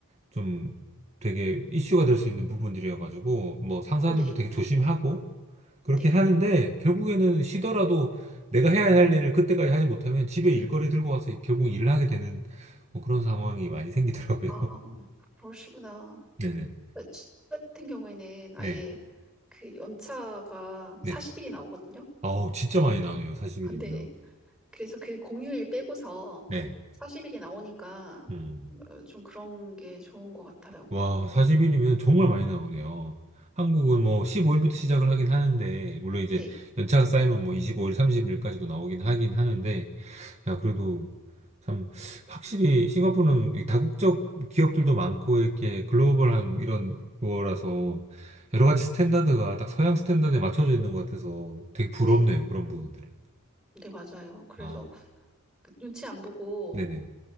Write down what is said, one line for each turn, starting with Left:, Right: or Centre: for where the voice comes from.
Right: 좀 되게 이슈가 될 수 있는 부분들이어가지고 뭐 상사들도
Centre: 네,
Right: 되게 조심하고 그렇긴
Centre: 네.
Right: 하는데 결국에는 쉬더라도 내가 해야 할 일을 그때까지 하지 못하면 집에 일거리 들고 와서 결국 일을 하게 되는 뭐 그런 상황이 많이 생기더라고요.
Centre: 아,
Right: <laughs>
Centre: 그러시구나.
Right: 네네.
Centre: 그러니까 저 같은 경우에는 아예
Right: 네.
Centre: 그 연차가
Right: 네.
Centre: 40일이 나오거든요.
Right: 아우 진짜 많이 나오네요. 40일이면.
Centre: <laughs> 네. 그래서 그 공휴일 빼고서
Right: 네.
Centre: 40일이 나오니까
Right: 음.
Centre: 어, 좀 그런 게 좋은 것 같아요.
Right: 와, 40일이면 정말 많이 나오네요. 한국은 뭐 15일부터 시작을 하긴 하는데, 물론 이제
Centre: 네.
Right: 연차가 쌓이면 뭐 25일, 30일까지도 나오긴 하긴 하는데, 야, 그래도 참, 확실히 싱가포르는 이 다국적 기업들도 많고, 이렇게 글로벌한 이런 거라서, 여러 가지 스탠다드가 딱 서양 스탠다드에 맞춰져 있는 것 같아서 되게 부럽네요,
Centre: 네.
Right: 그런 부분들은.
Centre: 네, 맞아요. 그래서
Right: 아,
Centre: 그 눈치 안 보고
Right: 네네.